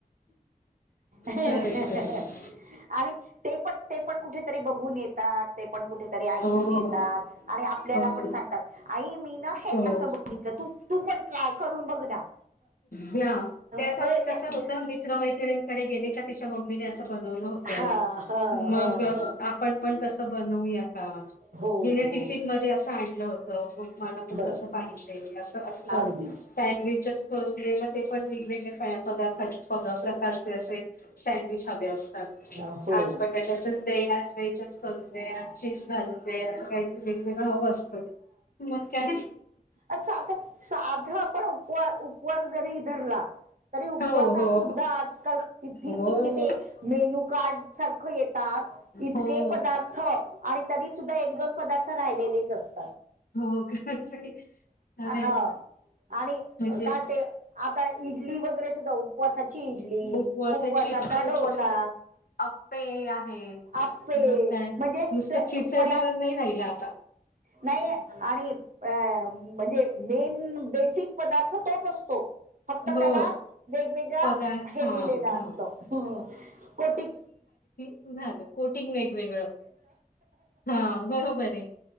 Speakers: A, on the right; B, on the left.
A: ह <unintelligible>
B: खरंय, खरंय.
A: आणि ते पण ते पण कुठेतरी बघून येतात ते पण कुठेतरी ऐकून
B: हो,
A: येतात आणि आपल्याला
B: हो,
A: पण सांगतात आई मी ना हे
B: हो.
A: असं ब घितलं तू तू पण ट्राय करून बघ ना
B: हा
A: ह
B: ते आता
A: बरे
B: कसं
A: ते
B: होतं मित्र-मैत्रिणींकडे गेले तिच्या मम्मीने असं बनवलं होत.
A: हा ह
B: मग
A: ह ह
B: आपण पण तसं बनवूया का.
A: हो
B: हिने टिफिन
A: हो
B: मध्ये असं आणलं होतं मग मला पण
A: बरोबर
B: तसं पाहिजे असं अस.
A: अगदी
B: सँडविचंच करून दे ते पण वेगवेगळे पदार्थाचे प्रकारचे असे एक सॅडविच ह. असतात
A: हो.
B: आज बटाट्याचच दे आज वेजच करून दे आज चिप्स घालून दे असं काहीतरी वेगवेगळं हवं असतं मग काय
A: अ साध साध आपण उपवा उपवास जरी धरला तरी उपवासात
B: हो हो
A: सुद्धा आजकाल किती
B: हो
A: किती ते. मेनू कार्ड सारखं येतात इतके
B: हो.
A: पदार्थ आणि तरी सुद्धा एक दोन. पदार्थ राहिलेलेच असं
B: हो काच आहे. अरे
A: हा आणि
B: म्हणजे
A: का ते आता इडली वगैरे सुद्धा. उपवासाची इडली
B: उपवासाची
A: उपवासाचा
B: उपवासाचे
A: डोसा.
B: आप्पे आहेत
A: आप्पे
B: मग काय
A: म्हणजे
B: नुसतं खिचडीवर
A: पदार्थ
B: नाही राहिलं आता.
A: नाही आणि. अ म्हणजे मेन बेसिक पदार्थ तोच असतो. फक्त
B: हो
A: त्याला वेगवेगळा
B: पदार्थ
A: हे
B: हां
A: दिलेलं
B: हां.
A: असतं हम्म कोटीक.
B: तो झालं कोटिंग वेगवेगळं हा बरोबर आहे